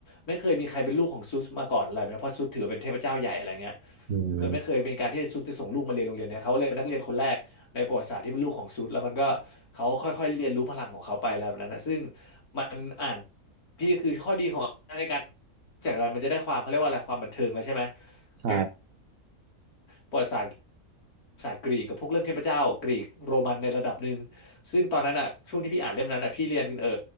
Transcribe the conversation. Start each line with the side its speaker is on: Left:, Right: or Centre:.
Left: ไม่เคยมีใครเป็นลูกของซุสมาก่อนอะไรแบบเนี้ยเพราะซุสถือว่าเป็นเทพเจ้าใหญ่อะไรเงี้ย
Right: อืม
Left: เออไม่เคยเป็นการที่ซุสจะส่งลูกมาเรียนโรงเรียนเนี้ยเขาเลยเป็นนักเรียนคนแรก ในประวัติศาสตร์ที่เป็นลูกของซุดแล้วมันก็เขาค่อยๆเรียนรู้พลังของเขาไปอะไรแบบนั้นนะซึ่งมันอ่านพี่คือข้อดีของในการจากอะไรมันจะได้ความเขาเรียกว่าอะไรความบันเทิงแล้วใช่ไหม
Right: ใช่
Left: อย่างประวัติศาสตร์ศาสตร์กรีกกับพวกเรื่องเทพเจ้ากรีกโรมันในระดับหนึ่งซึ่งตอนนั้นอ่ะช่วงที่พี่อ่านเล่มนั้นอ่ะพี่เรียนเออ